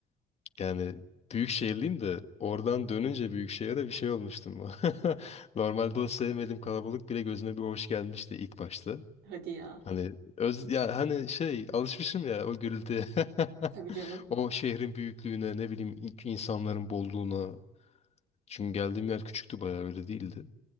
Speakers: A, on the left; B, on the right.
A: yani büyük şehirliyim de oradan dönünce büyük şehire bir şey olmuştum. <laughs> Normalde o sevmediğim kalabalık bile gözüme bir hoş gelmişti ilk başta.
B: Hadi ya.
A: Hani öz ya hani şey alışmışım ya o gürültüye. <laughs>
B: Tabii canım.
A: O şehrin büyüklüğüne ne bileyim insanların bolluğuna. Çünkü geldiğim yer küçüktü bayağı öyle değildi.